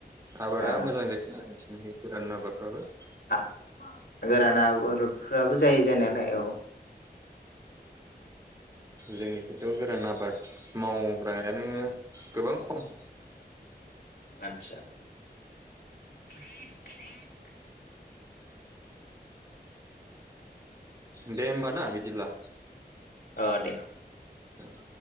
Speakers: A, on the right (about 20°); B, on the left (about 80°).
A: आबादा
B: ओ
A: मोजां जायो ना नोंसिनिखैफोर? <unintelligible> आबादफोराबो
B: आ गोरान आबादफोर फोराबो जायो जानायालाय औ
A: जोंनि खथ गोरान आबाद मावग्रायानो गोबां खम
B: आतसा <inaudible> <inaudible>
A: दे होमबा ना बिदिब्ला
B: औ दे
A: औ